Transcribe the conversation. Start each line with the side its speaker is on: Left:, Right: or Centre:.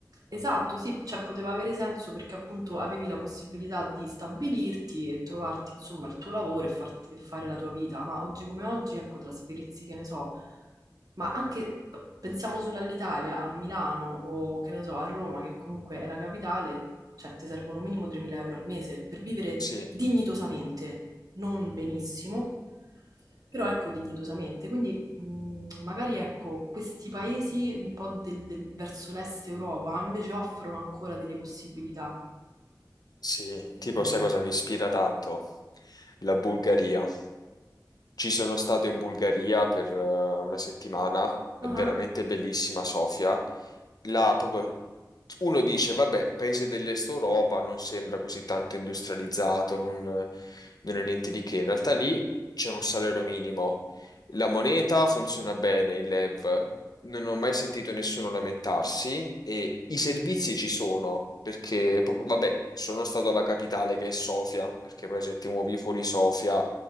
Right: Esatto, sì, cioè poteva avere senso perché appunto avevi la possibilità di stabilirti e trovarti insomma il tuo lavoro e, farti- e fare la tua vita, ma oggi come oggi, ecco, trasferirsi, che ne so, ma anche p- pensiamo solo all'Italia, a Milano o che ne so, a Roma, che comunque è la capitale, cioè ti servono minimo 3.000 euro al mese per vivere
Left: Sì.
Right: dignitosamente, non benissimo, però ecco dignitosamente, quindi Mm, Magari ecco, questi paesi un po' del- del- verso l'est Europa invece offrono ancora delle possibilità.
Left: Sì,
Right: E-
Left: tipo sai cosa mi ispira tanto? La Bulgaria. Ci sono stato in Bulgaria per eh, una settimana, è
Right: Ah,
Left: veramente bellissima Sofia. Là proprio uno dice, vabbè, paese dell'Est Europa non sembra così tanto industrializzato, non, non è niente di che. In realtà lì c'è un salario minimo. La moneta funziona bene, il lev. Non ho mai sentito nessuno lamentarsi e i servizi ci sono perché, proprio- vabbè, sono stato alla capitale che è Sofia, perché poi se ti muovi fuori Sofia,